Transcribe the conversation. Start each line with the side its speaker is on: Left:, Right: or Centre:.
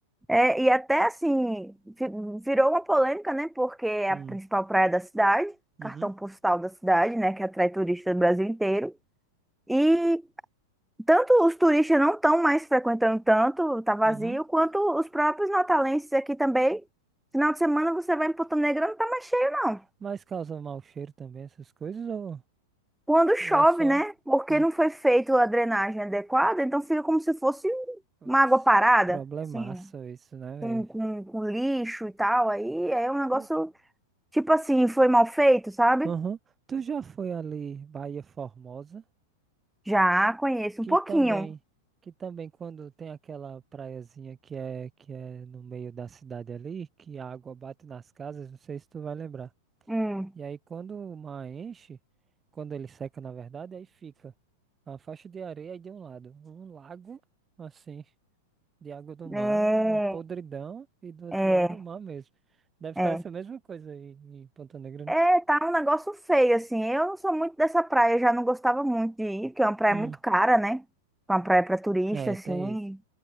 Centre: É, e até assim, vi- virou uma polêmica, né? Porque é
Right: Hum.
Centre: a principal praia da cidade,
Right: Uhum.
Centre: cartão postal da cidade, né? Que atrai turistas do Brasil inteiro. E tanto os turistas não estão mais frequentando tanto, tá vazio,
Right: Uhum.
Centre: quanto os próprios natalenses aqui também. Final de semana você vai em Ponta Negra, não tá mais cheio, não.
Right: Mas causa mau cheiro também, essas coisas, ou,
Centre: Quando chove,
Right: ou é só
Centre: né? Porque
Right: hum,
Centre: não foi feita a drenagem adequada, então fica como se fosse
Right: putz,
Centre: uma água parada,
Right: problemaço
Centre: assim,
Right: isso, né, velho?
Centre: com, com, com lixo e tal. Aí é um negócio.
Right: Hum,
Centre: Tipo assim, foi mal feito, sabe?
Right: Aham. Tu já foi ali, Bahia Formosa,
Centre: Já conheço
Right: que
Centre: um pouquinho.
Right: também, que também quando tem aquela praiazinha que é, que é no meio da cidade ali, que a água bate nas casas, não sei se tu vai lembrar.
Centre: Hum,
Right: E aí quando o mar enche, quando ele seca, na verdade, aí fica uma faixa de areia aí de um lado, um lago, assim, de água do mar,
Centre: é,
Right: uma podridão, e do outro
Centre: é,
Right: lado o mar mesmo. Deve
Centre: é.
Right: estar essa mesma coisa aí em Ponta Negra,
Centre: É,
Right: né?
Centre: tá um negócio feio, assim. Eu não sou muito dessa praia, já não gostava muito de ir, porque é uma praia
Right: Hum,
Centre: muito cara, né? É Uma praia pra turista,
Right: é,
Centre: assim.
Right: tem isso.